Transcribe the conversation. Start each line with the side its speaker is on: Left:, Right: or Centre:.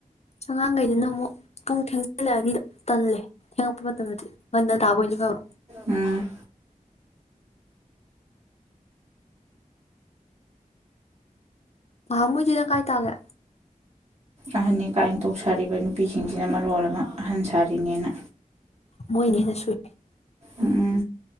Left: ꯑꯉꯥꯡ ꯒꯩꯗꯨꯅ ꯑꯃꯨꯛ ꯄꯨꯡ ꯊꯦꯡꯖꯤꯜꯂꯛꯑꯗꯤ ꯇꯜꯂꯦ ꯊꯦꯡꯉꯛꯄ ꯃꯇꯝꯗꯗꯤ ꯉꯟꯅ ꯇꯥꯕꯣꯏꯗꯤ ꯐꯕ
Right: ꯎꯝ
Left: ꯉꯍꯟꯃꯣꯏꯗꯤ ꯅꯪ ꯀꯥꯏ ꯇꯥꯒꯦ
Right: ꯑꯍꯟꯅꯦ ꯀꯥꯏꯅ ꯇꯧꯁꯔꯤꯕ ꯅꯨ ꯅꯨꯄꯤꯁꯤꯡꯁꯤꯅ ꯃꯔꯣꯜ ꯑꯃ ꯑꯍꯟ ꯁꯥꯔꯤꯅꯦꯅ
Left: ꯃꯣꯏꯅ ꯍꯦꯟꯅ ꯁꯨꯢ
Right: ꯎꯝ